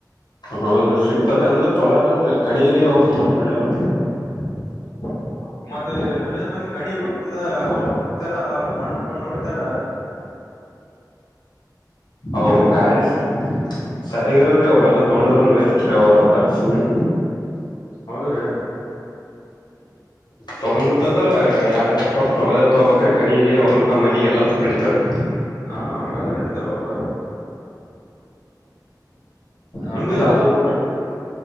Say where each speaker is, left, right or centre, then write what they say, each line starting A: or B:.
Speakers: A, on the left (about 80°); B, on the left (about 55°).
A: ಹೌದ ಸಿಗ್ತಾವ ರಿ ಅಂದ್ರ್ ಚೊಲೊ ಇರಲ್ರರಿ ಕಣಿಗ ಅವು ನಡೆಲ್ಲ
B: <unintelligible> ಮತ್ತ ಇದುನೆದ್ ಮಂದಿ ಕಣಿಗ ಬುಡ್ತದ ಹೊಲಕ ಬುಡ್ತಾರ ಮಣ್ಣ ಪಣ್ಣ ಹೊಡಿತಾರ
A: ಅವ್
B: ಏನ್ ಮಾಡ್ಬೇಕು
A: ಗಾಡಿ ಸರ್ಯಾಗಿರಲ್ರಿ ಅವು ಎಲ್ಲಾ ತೊಂಡದ್ರನ್ ವೇಸ್ಟ್ ರೀ ಅವ ರೊಕ್ಕ ಸುಮ್ಮೆ
B: ಹೌದ್ರಿ
A: ತೊಗಂಗಿತ್ತ ಅಂದ್ರ ಎರಡ್ ಲಕ್ಷ ಕೊಟ್ಟ್ ಚೊಲೋದೆ ತೊಗಬೆಕ್ರಿ ಕಣಿಗೆ ಹೊಲ್ಕ ಮನಿಗಿ ಎಲ್ಲಾದಕ ನಡಿತವರೀ
B: ಹಾ ಹಂಗಾದ್ರ ನಡಿತಾವ ಬುಡ್
A: ಅದೆ
B: ನಿಂಬುದ
A: ಅದು ಬುಟ್ಟ್